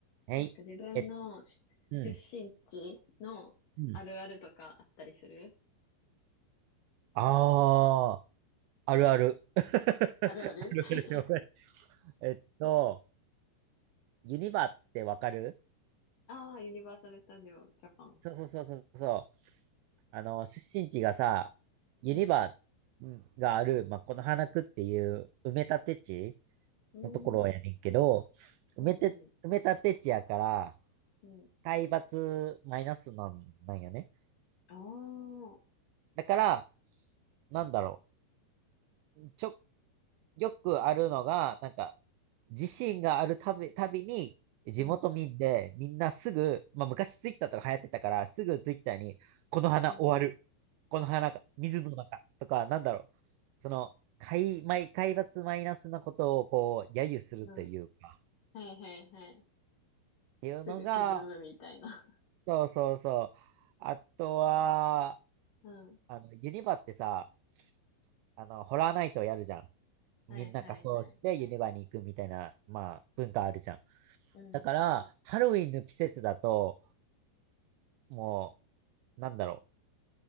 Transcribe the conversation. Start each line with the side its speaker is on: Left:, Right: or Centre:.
Right: はい。
Left: なんか自分の出出身地のあるあるとかあったりする
Right: えっと、うん。うん。ああ、あるある。<laughs>
Left: あるある
Right: あるあるでもない
Left: <laughs>
Right: えっと、ユニバってわかる
Left: ああー、ユニバーサル・スタジオ・ジャパン。
Right: そうそうそうそうそう。あの、出身地がさ、ユニバ
Left: うん。
Right: がある、まあ、この花区っていう埋め立て地
Left: うーん。
Right: のところやねんけど、
Left: うん、
Right: 埋めて、
Left: うん、
Right: 埋め立て地やから、
Left: うん。
Right: 海抜マイナスなん、なんよね。
Left: ああ。
Right: だから、なんだろう。ちょ、よくあるのが、なんか、自身があるたび、たびに、地元民で、
Left: うん、
Right: みんなすぐ、まあ昔ツイッターとか流行ってたから、すぐツイッターに、この花終わる。
Left: うん、
Right: この花が、水の中とか、なんだろう。その、海、マイ、海抜マイナスなことを、こう、揶揄するというか、
Left: うん。はいはいはい。
Right: っていうのが、
Left: すぐ沈むみたいな。
Right: そうそうそう。あとは、
Left: <laughs> うん。
Right: あの、ユニバってさ、あの、ホラーナイトをやるじゃん。
Left: はいはいはい。
Right: みんな仮装してユニバに行くみたいな、まあ、文化あるじゃん。
Left: うん、
Right: だから、ハロウィンの季節だと、もう、なんだろ